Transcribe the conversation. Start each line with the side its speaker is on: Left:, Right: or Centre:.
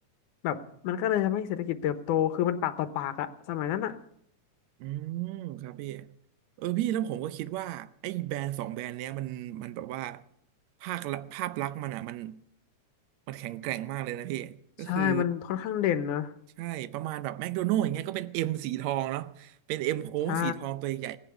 Left: แบบมันก็เลยทำให้เศรษฐกิจเติบโต คือมันปากต่อปากอะสมัยนั้นอะ
Right: อืมครับพี่เออพี่แล้วผมก็คิดว่าไอ้แบรนด์สองแบรนด์เนี้ยมันมันแบบว่าภาคละภาพลักษณ์มันอ่ะมันมันแข็งแกร่งมากเลยนะพี่ก็คือ
Left: ใช่ มันค่อนข้างเด่นนะ
Right: ใช่ประมาณแบบแมคโดนัลด์อย่างเงี้ยก็เป็นเอ็มสีทองเนาะเป็นเอ็มโค้งสีทองตัวใหญ่
Left: ใช่